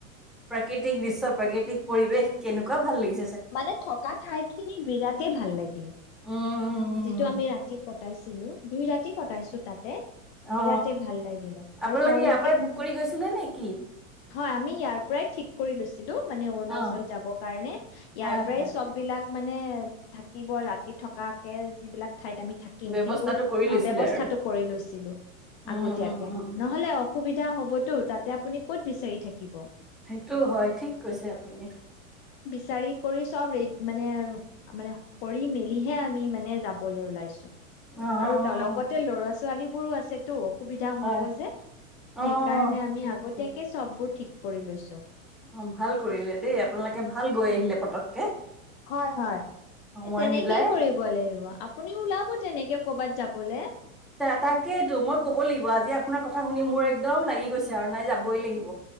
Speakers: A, in the centre; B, on the left.
A: প্ৰাকৃতিক দৃশ্য প্ৰাকৃতিক পৰিৱেশ কেনেকুৱা ভাল লাগছে
B: মানে থকা ঠাই খিনি বিৰাটেই ভাল লাগিলে
A: উম
B: যিটো আমি ৰাতি ক কটাইছিলো দুই ৰাতি কটাইছো তাতে
A: অ
B: বিৰাটেই ভাল লাগিলে আৰু
A: আপোনালোকে
B: তেওঁলোকে
A: ইয়াৰ পৰাই বুক কৰি গৈছিলে নেকি
B: হয় আমি ইয়াৰ পৰাই ঠিক কৰি লৈছো ছিলো মানে অৰুণাচল
A: অ
B: যাবৰ কাৰণে ইয়াৰ
A: হয়
B: পৰাই
A: হয়
B: সবলাক িলাক মানে থাকিব ৰাতি থকাকে যিবিলাক ঠাইত আমি থাকিম
A: ব্যৱস্থাটো
B: সেইবোৰ
A: কৰি লৈছিলে
B: ব্যয়স্থাটো
A: আৰু
B: কৰি লৈছিলো
A: উম
B: আগতিয়াকে
A: উম উম
B: নহ'লে অসুবিধা হ' হ'বটো তাতে আপুনি ক'ত বিচাৰি থাকিব।
A: সেইটো হয় ঠিক কৈছে আপুনি।
B: চাৰি কৰি চব ৰে মানে, মানে কৰি মেলিহে আমি মানে যাবলৈ ওলাইছো।
A: অ অ অ,
B: আৰু লগতে ল'ৰাছ ছোৱালীবোৰো আছে টো। অসুবিধা হ'ব
A: হয়
B: যে
A: অ
B: সেইকাৰণে
A: ঠিকে
B: আমি আগতীয়াকে
A: ঠিকে
B: চববোৰ ঠিক কৰি লৈছো।
A: অ', ভাল কৰিলে দেই আপোনালোকে ভাল গৈ আহিলে পতককে।
B: হয়, হয়
A: সময়
B: তেনেকেই
A: মিলাই
B: কৰিব লাগিব আপুনি ওলাব তেনেকে ক'বাত যাবলে।
A: এ তাকেইটো মই ক'ব লাগিব আজি আপোনাৰ কথা শুনি মোৰ একদম লাগি গৈছে আৰু নাই যাবই লাগি